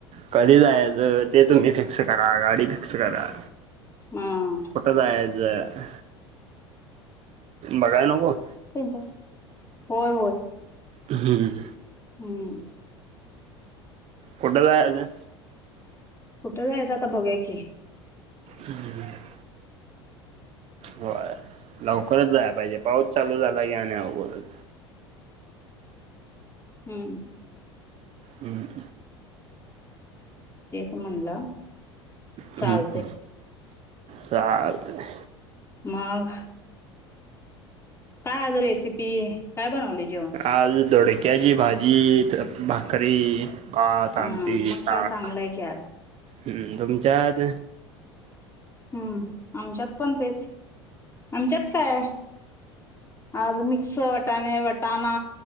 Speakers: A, on the right (about 45°); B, on the left (about 20°).
A: कधीं जायचं ते तुम्हीं फिक्स करां गांडी फिक्सं करां.
B: हां
A: कुठं जायचं. बघांयला नको.
B: त्यांच्या होयं होयं
A: हम्मं
B: हम्मं
A: कुठं जायचं.
B: कुठं जायचं आंता बघूंया की.
A: हम्मं बरं लवकरचं जायां पाहिजे पाऊस चालूं झालां की आणि अवघंड होईल.
B: हम्मं
A: हम्मं
B: तेचं म्हणलं. चालतय
A: हम्मं चालतं.
B: मांघ कायं आंज रेसिपी कायं बनवली जेवणं.
A: आंज दोडक्यांची भाजी भाकरी. भांत
B: हा
A: आमंटी
B: मग काय
A: तांक
B: चांगलंय की आज
A: हं तुमच्यांत.
B: हम्मं आमच्यांत पणं तेचं आमच्यांत कांय आंज मिक्स वटांणे वटांणा